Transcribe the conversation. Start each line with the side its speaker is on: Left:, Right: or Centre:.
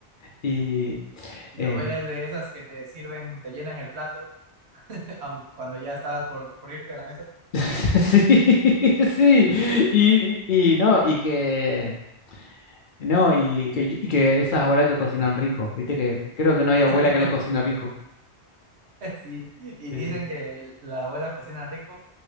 Left: Y
Right: Y
Left: eh,
Right: tu abuela es de esas que te sirven, te llenan el plato, <laughs> aun cuando ya estabas por, por irte a la mesa.
Left: <laughs> sí, sí, y, y, y no, y que, no, y que, y que esas abuelas que cocinan rico, viste que creo que no hay abuela
Right: <laughs>
Left: que no cocina rico.
Right: Sí, y
Left: Sí,
Right: dicen
Left: sí.
Right: que el- la abuela cocina rico